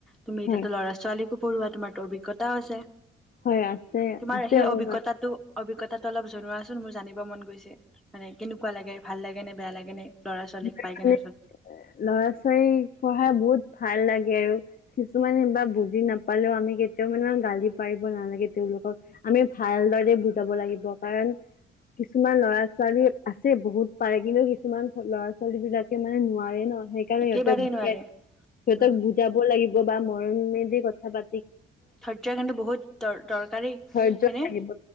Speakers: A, in the centre; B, on the left (about 45°).
A: তুমি
B: হয়
A: এতিয়া ত' ল'ৰা ছোৱালী পঢ়োৱা তোমাৰতো অভিজ্ঞতাও আছে।
B: হয়! আছে,
A: তোমাৰ
B: আছে
A: সেই
B: অকমান।
A: অভিজ্ঞতাটো অভিজ্ঞতাটো অলপ জনোৱাচোন! মোৰ জানিব মন গৈছে। মানে, কেনেকুৱা লাগে ভাল লাগে, নে বেয়া লাগে নে! ল'ৰা ছোৱালীক
B: মানে,
A: পাই কেনে ওচৰত
B: লৰা ছোৱালী পঢ়াই বহুত ভাল লাগে আৰু কিছুমানে বা বুজি নাপালেওঁ আমি, কেতিয়াও মানে, গালি পাৰিব নালাগে। তেওঁলোকক আমি ভাল দৰে বুজাব লাগিব। কাৰণ, কিছুমান ল'ৰা ছোৱালী আছে বহুত পাৰে। কিন্তু, কিছুমান ল'ৰা ছোৱালীবিলাকে মানে, নোৱাৰে ন'? সেইকাৰণে
A: একেবাৰেই
B: সিহঁতেক,
A: নোৱাৰে।
B: সিহঁতক
A: উম
B: বুজাব লাগিব। বা মই নিজে কথা পা
A: ধৈৰ্য কিন্তু, বহুত দ দৰকাৰী
B: ধৈৰ্য্য
A: হয়নে!
B: লাগিব